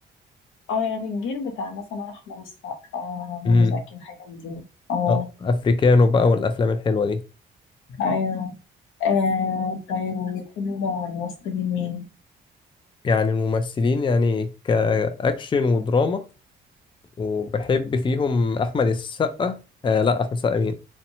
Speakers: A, on the left; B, on the left.
A: اه يعني الجيل بتاع مثلا احمد السقا آه، منى
B: امم
A: زكي الحاجات دي اه
B: اه افريكانو بقى والافلام الحلوه دي
A: ايوه آه طيب وبتحب الممثلين مين
B: يعني الممثلين يعني كاكشن ودراما وبحب فيهم أحمد السقا آه لا أحمد السقا مين